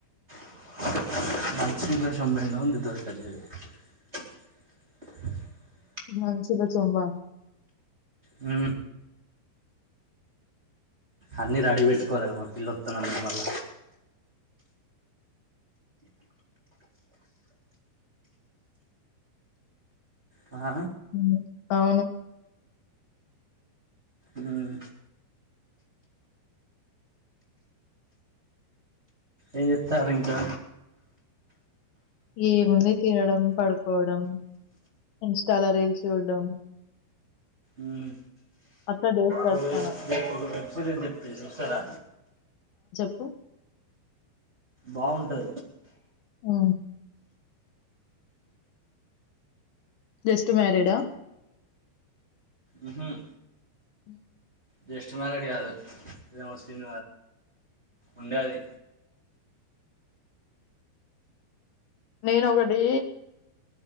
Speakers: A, on the right; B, on the left.
A: <unintelligible>
B: <unintelligible>
A: అ అన్ని రెడీ పెట్టుకోవాలి కదామా పిల్లొస్తునండి మళ్ళ ఆ
B: హ్మ్. అవును
A: ఉమ్, ఏం చెస్తారు ఇంకా
B: ఏ ముంద తినడం పడుకోవడం ఇంస్టాలో రీల్స్ చూడడం
A: ఉమ్,
B: అట్లా డేస్ పడు.
A: ఓ ఒక వెబ్ సిరీస్ చెప్ప చూస్తారా
B: ప్పు
A: బాగుంటది
B: అ జస్ట్ మ్యారీడ్ ఆ
A: ఉమ్మ్మ్
B: <inaudible>
A: జస్ట్ మ్యారీడ్ కాదు ఇద ముస్లిం ఉండేది
B: నేనొకటి